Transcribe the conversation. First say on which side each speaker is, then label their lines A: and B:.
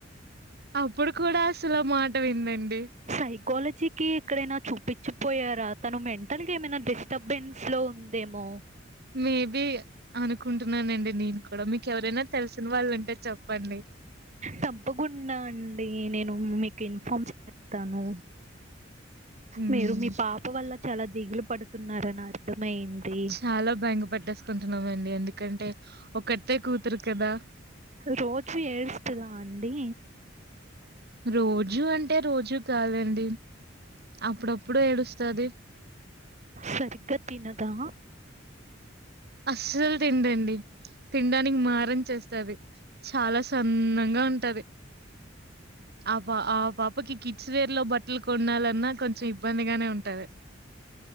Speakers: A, on the right (about 60°); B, on the right (about 40°).
A: అప్పుడు కూడా అసలు మాట విందండి.
B: సైకాలజీకి ఎక్కడైనా చూపించిపోయారా తను మెంటల్గా ఏమైనా డిస్టర్బెన్స్ లో ఉందేమో
A: మేబి అనుకుంటున్నానండి నేను కూడా మీకు ఎవరైనా తెలిసిన వాళ్ళు ఉంటే చెప్పండి.
B: తప్పకుండా అండి నేను మీకు ఇన్ఫార్మ్ చేస్తాను.
A: హ్మ్
B: మీరు మీ పాప వల్ల చాలా దిగులు పడుతున్నారని అర్థమైంది
A: చాలా భయంగా పట్టేసుకుంటున్నామండి ఏందుక్ కంటే ఒకట్తే కూతురు కదా
B: రోజు ఏడుస్తుందా అండి
A: రోజు అంటే రోజూ కాదండి అప్పుడప్పుడు ఏడుస్తది.
B: సరిగ్గా తినదా
A: అస్సలు తినదండి. తినడానికి మారం చేస్త స్థాది. చాలా సన్నంగా ఉంటది ఆ పా ఆ పాపకి కిడ్స్ వేర్ లో బట్టలు కొనాలన్నా కొంచెం ఇబ్బందిగానే ఉంటది.